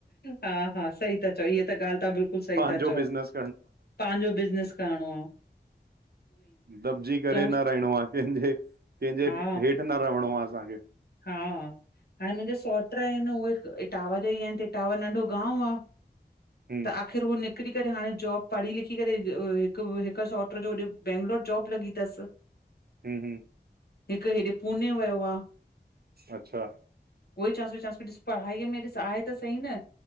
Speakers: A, on the left; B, on the right.
A: हा हा सही ता चओ इहा त ॻाल्हि त बिल्कुलु बिल्कुलु सही
B: पंहिंजो
A: ता चओ
B: बिज़नेस
A: पंहांजो बिज़नस करणो आ।
B: दबजी करे
A: चऊंसि
B: न रहिणो आहे कंहिंजे, कंहिंजे
A: हा
B: हेठि न रहिणो आ असांखे।
A: हा। हाणे मुंहिंजा सौट आहिनि उहे इटावा जा ई आहिनि त इटावा नंढो गांव आहे
B: हम्म
A: त आख़िर उह निकिरी करे हाणे जॉब पढ़ी लिखी करे हिकु हिकु सौट जो होॾे बैंगलोर जॉब लॻी तसि।
B: हा, हा।
A: हिकु हेॾे पुने वयो आ।
B: अच्छा।
A: उहई चांस चांवासि ॾिसु पढ़ाईअ में ॾिस आहे त सही न